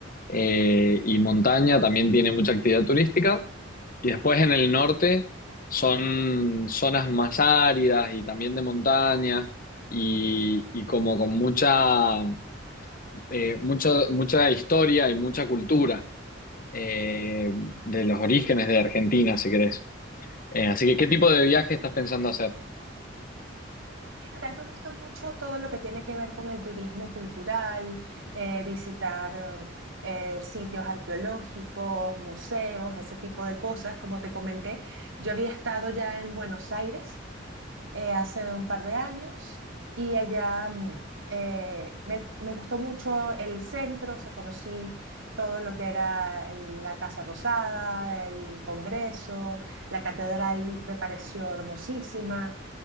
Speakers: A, on the left (about 45°); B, on the right (about 75°).
A: eh, y montaña, también tiene mucha actividad turística. Y después en el norte son zonas más áridas y también de montaña y, y como con mucha, eh, mucha, mucha historia y mucha cultura eh, de los orígenes de Argentina, si querés. Eh, así que, ¿qué tipo de viaje estás pensando hacer?
B: En general me gusta mucho todo lo que tiene que ver con el turismo cultural, eh, visitar eh, eh, sitios arqueológicos, museos, ese tipo de cosas. Como te comenté, yo había estado ya en Buenos Aires eh, hace un par de años y allá mm, eh, me, me gustó mucho el centro, o sea, conocí todo lo que era el- la Casa Rosada, el Congreso, la catedral me pareció hermosísima.